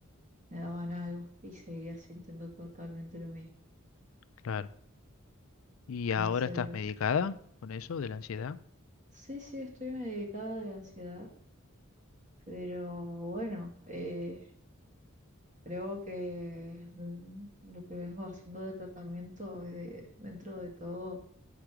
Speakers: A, on the right; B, on the left.
A: me daban algo y seguía sintiendo totalmente lo mismo.
B: claro. ¿Y ahora
A: Entonces,
B: estás medicada con eso de la ansiedad?
A: sí, sí, estoy medicada de la ansiedad, pero bueno, eh, creo que mm, lo que vengo haciendo de tratamiento, eh, dentro de todo,